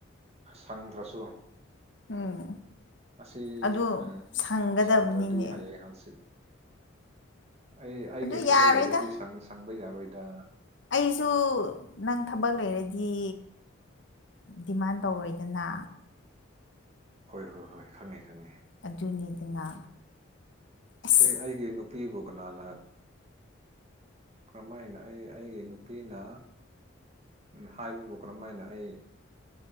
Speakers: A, on the right; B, on the left.
A: ꯁꯪꯗ꯭ꯔꯁꯨ
B: ꯎꯝ
A: ꯉꯁꯤ
B: ꯑꯗꯨ
A: ꯑꯥ
B: ꯁꯪꯒꯗꯕꯅꯤꯅꯦ
A: ꯁꯪꯗ꯭ꯔꯗꯤ ꯍꯌꯦꯡ ꯍꯪꯆꯤꯠ ꯑꯩ ꯑꯩꯒꯤ
B: ꯑꯗꯨ
A: ꯊꯕꯛ
B: ꯌꯥꯔꯣꯏꯗ
A: ꯂꯩꯔꯗꯤ ꯁꯪ ꯁꯪꯕ ꯌꯥꯔꯣꯏꯗ
B: ꯑꯩꯁꯨ ꯅꯪ ꯊꯕꯛ ꯂꯩꯔꯗꯤ ꯗꯤꯃꯥꯟ ꯇꯧꯔꯣꯏꯗꯅ
A: ꯍꯣꯏ ꯍꯣꯏ ꯍꯣꯏ ꯈꯪꯉꯦ ꯈꯪꯉꯦ
B: ꯑꯗꯨꯅꯤꯗꯅ ꯑꯁ
A: ꯑꯦ ꯑꯩꯒꯤ ꯅꯨ ꯄꯤꯕꯨ ꯀꯅꯥꯅ ꯀ꯭ꯔꯃꯥꯏꯅ ꯑꯩ ꯑꯩꯒꯤ ꯅꯨꯄꯤꯅ ꯎꯝ ꯍꯥꯏꯕꯕꯨ ꯀꯔꯃꯥꯏꯅ ꯑꯩ